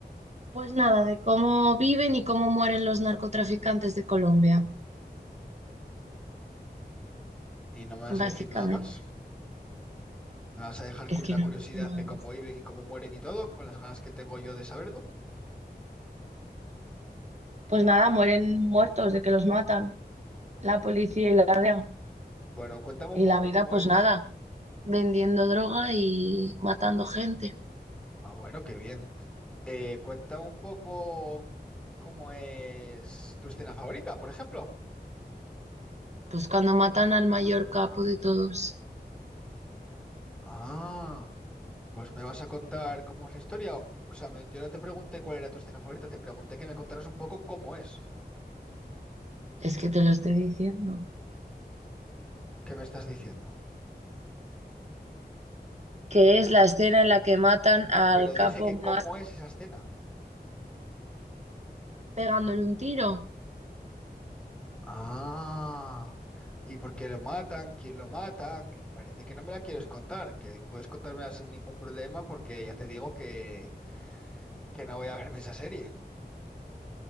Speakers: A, on the right (about 40°); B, in the centre.
A: Pues nada, de cómo viven y cómo mueren los narcotraficantes de Colombia,
B: ¿Y no me vas
A: básicamente.
B: a decir nada más? ¿Me vas a dejar
A: Es
B: con
A: que
B: la
A: no
B: curiosidad
A: hay mucho más.
B: de cómo viven y cómo mueren y todo, con las ganas que tengo yo de saberlo?
A: Pues nada, mueren muertos de que los matan la policía y la DEA.
B: Bueno, cuéntame un
A: Y
B: poco
A: la vida,
B: cómo
A: pues
B: es.
A: nada, vendiendo droga y matando gente.
B: Ah, bueno, qué bien. Eh, cuéntame un poco cómo es tu escena favorita, por ejemplo.
A: Pues cuando matan al mayor capo de todos,
B: Ah, pues me vas a contar cómo es la historia. O sea, me- yo no te pregunté cuál era tu escena favorita, te pregunté que me contaras un poco cómo es.
A: es que te lo estoy diciendo.
B: ¿Qué me estás diciendo?
A: Que es la escena en la que matan al
B: Pero
A: capo
B: dije que cómo
A: más
B: es esa escena.
A: pegándole un tiro.
B: Ah, ¿y por qué lo matan? ¿Quién lo mata? Que Parece que no me la quieres contar, que puedes contármela sin ningún problema porque ya te digo que, que no voy a verme esa serie.